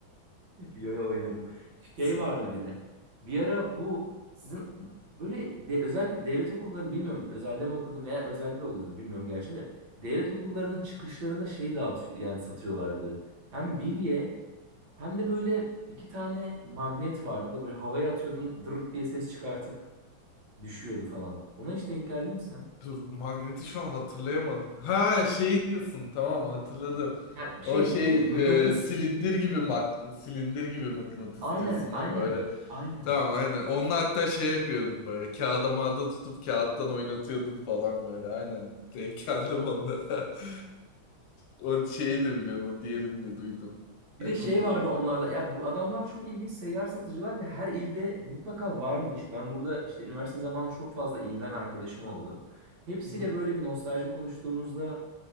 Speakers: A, on the right; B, on the left.
A: Yo-yo oynadım. Şey
B: <laughs> Süper
A: vardı
B: abi.
A: bir de. Bir ara bu sizin böyle de, özellikle devlet okullarını bilmiyorum özelde mi okudun veya özelde de oluyordur bilmiyorum gerçi de. Devlet okullarının çıkışlarında şey dağıtıyor yani satıyorlardı. Hem bilye hem de böyle iki tane magnet vardı da böyle havaya atıyordun dırırt diye ses çıkartıp düşüyordu falan. Ona hiç denk geldin mi sen?
B: Dur Magnet'i şu an hatırlayamadım. Ha şey diyorsun tamam hatırladım.
A: Ya
B: O
A: şey
B: şey
A: e, mıknatıs.
B: e, silindir gibi mak silindir gibi mıknatıs
A: Aynen
B: diyorsun
A: aynen.
B: değil mi böyle?
A: Aynen.
B: Tamam aynen. Onunla hatta şey yapıyordum böyle kağıda mağda tutup kağıttan oynatıyordun falan böyle aynen. Denk geldim onlara. <laughs> O şeyi de biliyorum o diğerini de duydum.
A: Bir
B: E,
A: de şey
B: kul-
A: vardı onlarla. Ya bu adamlar çok ilginç seyyar satıcılar ve her ilde mutlaka varmış. Ben burada işte üniversite zamanı çok fazla ilden arkadaşım oldu. Hepsiyle
B: Hı hı.
A: böyle bir nostalji konuştuğumuzda